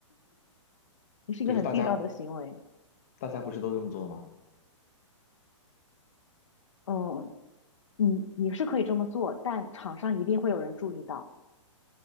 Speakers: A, on the left (about 70°); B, on the left (about 30°).
A: 你是一个很地道的行为。
B: 可是大家大家不是都这么做的吗？
A: 嗯，你你是可以这么做，但场上一定会有人注意到，